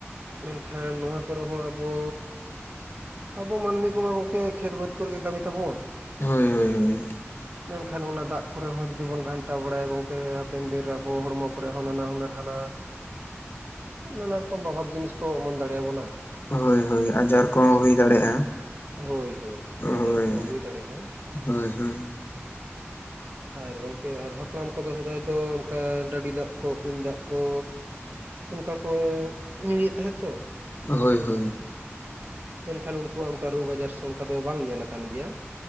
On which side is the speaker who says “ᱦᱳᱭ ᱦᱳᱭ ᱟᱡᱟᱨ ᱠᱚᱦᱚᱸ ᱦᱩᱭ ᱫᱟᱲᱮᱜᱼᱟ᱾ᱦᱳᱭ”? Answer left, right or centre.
Left